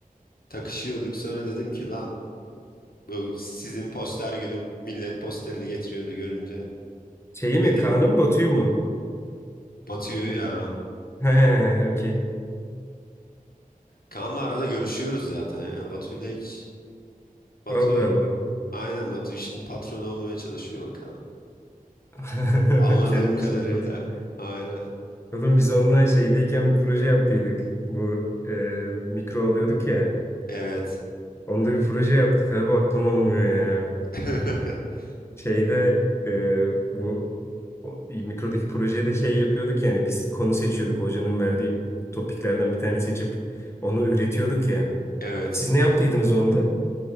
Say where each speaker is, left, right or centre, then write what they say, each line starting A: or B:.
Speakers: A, on the left; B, on the left.
A: takışıyorduk sonra dedim ki lan bu sizin poster günü millet posterini getiriyordu görünce
B: Şeyi mi?
A: dedim
B: Kaan'ı mı Batu'yu mu?
A: Batu'yu ya
B: <laughs> He, okey.
A: Kaan'la arada görüşüyoruz zaten ya Batu'yla hiç Batu
B: Allah Allah.
A: aynen Batu işinin patronu olmaya çalışıyor bakalım
B: <laughs>
A: anladığım
B: Kendi
A: kadarıyla
B: işinin patronu.
A: aynen
B: Oğlum biz onunla şeydeyken bir proje yaptıydık. Bu e, mikro alıyorduk ya.
A: Evet.
B: Onda bir proje yaptık abi aklım almıyor ya.
A: <laughs>
B: Şeyde e, bu o, mikrodaki projede şey yapıyorduk yani biz konu seçiyorduk. Hocanın verdiği topiklerden bir tane seçip onu üretiyorduk ya.
A: Evet.
B: Siz ne yaptıydınız onda?